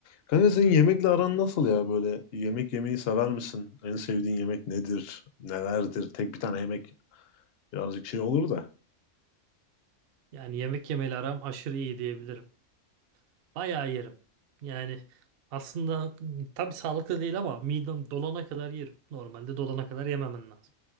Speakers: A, on the left; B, on the right.
A: Kanka senin yemekle aran nasıl ya böyle? Yemek yemeyi sever misin? En sevdiğin yemek nedir? Nelerdir? Tek bir tane yemek birazcık şey olur da.
B: Yani yemek yemeyle aram aşırı iyi diyebilirim. Bayağı yerim. Yani aslında tabii sağlıklı değil ama midem dolana kadar yerim. Normalde dolana kadar yememen lazım.